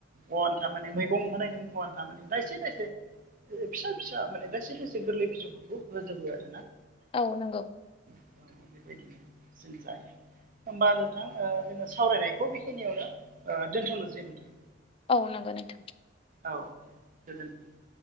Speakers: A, on the right (about 50°); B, on the left (about 30°).
A: गआनथा माने मैगं होनायनि मुङाव आनथा माने दायसे दायसे फिसा फिसा माने दाइसे दाइसे गोरलै बिजौफोरखौ होजोबो आरो ना।
B: औ नंगौ।
A: औ बेबायदिनो जों जायो। होमबा नोंथां ओ जोङो सावरायनायखौ बेखिनियावनो ओ दोन्थ'नोसै नोंथां।
B: औ नोंगो नोंथां।
A: औ गोजोनथों।